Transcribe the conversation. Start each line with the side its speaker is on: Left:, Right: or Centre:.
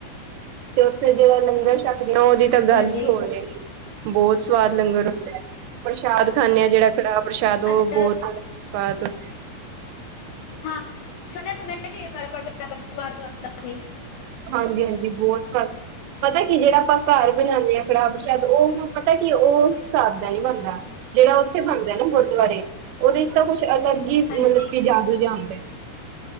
Right: ਤੇ ਉੱਥੇ ਜਿਹੜਾ ਲੰਗਰ ਸ਼ੱਕ ਲਓ ਜੀ ਤਾਂ
Left: ਅੱਛਾ
Right: ਗੱਲ ਹੀ
Left: ਜੀ
Right: ਹੋਵੇ ਬਹੁਤ ਸਵਾਦ ਲੰਗਰ ਪ੍ਰਸ਼ਾਦ ਖਾਨੇ ਹਾਂ ਜਿਹੜਾ। ਕੜਾਹ ਪ੍ਰਸ਼ਾਦ ਉਹ
Left: ਅੱਛਾ
Right: ਬਹੁਤ ਸਵਾਦ ਹੈ।
Left: ਹਾਂ ਸੁਣਿਆ ਤੇ ਮੈਂ ਵੀ ਬੜਾ ਸਵਾਦ ਬਣਦਾ ਸੀ <unintelligible>
Right: ਹਾਂਜੀ ਹਾਂਜੀ ਬਹੁਤ ਸ ਪਤਾ ਕੀ ਜਿਹੜਾ ਆਪਾਂ ਘਰ ਬਣਾਉਦੇ ਆ ਕੜਾਹ ਪ੍ਰਸ਼ਾਦ ਉਹਨੂੰ ਪਤਾ ਕੀ ਉਹ ਉਸ ਹਿਸਾਬ ਦਾ ਨੀਂ ਬਣਦਾ। ਜਿਹੜਾ ਉੱਥੇ ਬਣਦਾ ਹੈ ਨਾ ਗੁਰਦੁਆਰੇ ਉਹਦੇ ਵਿਚ ਤਾਂ ਕੁਛ ਅਲੱਗ ਹੀ
Left: ਹਾਂਜੀ
Right: ਮਤਲਬ ਕਿ ਜਾਦੂ ਜਿਆ ਆਂਦੇ